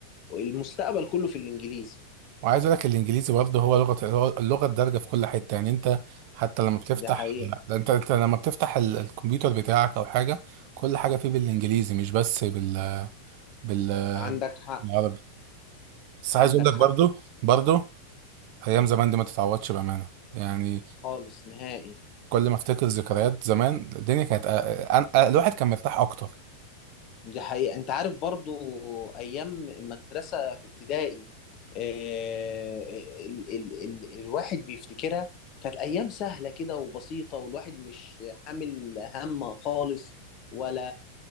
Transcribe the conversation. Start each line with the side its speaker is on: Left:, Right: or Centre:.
Left: المستقبل كله في الانجليزي
Right: وعايز اقول لك الانجليزي برضه هو لغه اللغه الدارجه في كل حته يعني انت حتى لما بتفتح
Left: ده حقيقة
Right: انت انت لما بتفتح ال- الكمبيوتر بتاعك او حاجه كل حاجه فيه بالانجليزي مش بس بال بال
Left: عندك حق
Right: بالعربي بس عايز
Left: عندك
Right: اقول لك
Left: حق
Right: برضه برضه ايام زمان دي ما تتعوضش بامانه يعني
Left: خالص نهائي
Right: كل ما افتكر ذكريات زمان الدنيا كانت أ- أ- أ- الواحد كان مرتاح اكتر
Left: دي حقيقة انت عارف برضو ايام المدرسة في ابتدائي آه، ال ال ال الواحد بيفتكرها كانت ايام سهلة كده وبسيطة والواحد مش حامل هم خالص ولا